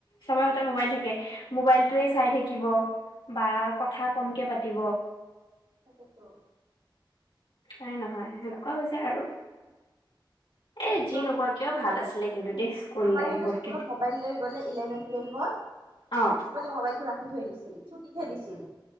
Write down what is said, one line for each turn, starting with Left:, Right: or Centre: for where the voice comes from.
Left: চবৰ হাতত মোবাইল থা কে। মোবাইলটোয়ে চাই থাকিব বা কথা কমকে পাতিব।
Right: তাকে টো।
Left: হয় নে নহয় সেনেকুৱা হৈছে আৰু।
Right: কিন্তু
Left: এ
Right: স্কুলত
Left: যি নোকোৱা কিয় ভাল আছিলে কিন্তু দেই স্কুল
Right: আমাৰ
Left: লাইফ
Right: কিন্তু
Left: বোৰ।
Right: স্কুলত মোবাইল লৈ গ'লে ইলেভেন টুৱেল্ভত
Left: অ
Right: প্ৰিন্সিপালে মোবাইল টো ৰাখি থৈ দিছিল ছুটিতহে দিছিল।